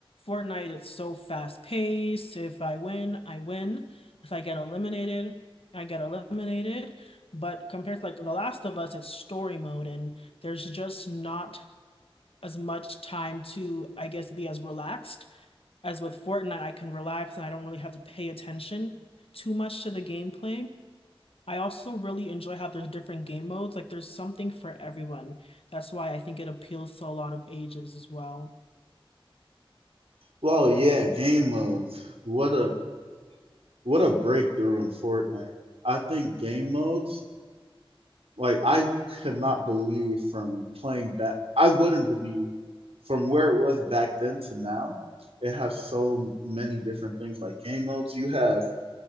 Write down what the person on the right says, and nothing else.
Well, yeah, game modes. What a what a breakthrough in Fortnite. I think game modes, like I could not believe from playing back I wouldn't believe from where it was back then to now, it has so many different things like game modes. You have